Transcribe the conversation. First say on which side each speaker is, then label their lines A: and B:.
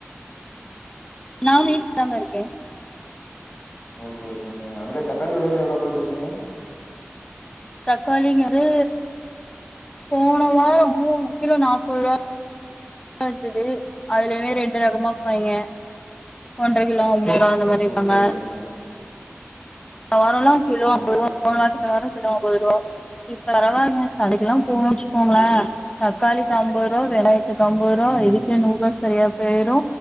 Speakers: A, on the left; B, on the left.
A: நா வீட்லதா இருக்கே
B: ஓகே ஓகேங்க அங்க தக்காளி வெலயெல்லா எவ்ளோ போயிட்டு இருக்குங்க
A: தக்காளி இங்க வந்து போன வாரோ கிலோ நாப்பது ருவா <unintelligible> அதுலயுமே ரெண்டு ரகமா வப்பாய்ங்க ஒன்றர கிலோ அம் அந்த மாறி விப்பாங்க
B: ஓகே ஓகேங்க
A: வாரோலா கிலோ
B: ஓகே
A: ஐம்பது ருவா
B: ஓகேங்க
A: போன வாரதுக்கு இந்த வாரோ கிலோ ஐம்பது ரூபா இப்ப <unintelligible> கடைக்கலா போனோ வச்சுக்கோங்களே
B: ஓகே ஓகே
A: தக்காளிக்கு ஐம்பது ருபா வெங்காயாத்துக்கு ஐம்பது ருபா
B: ம்
A: இதுக்கே
B: ம்
A: நூறு ருபா சரியா போய்ரு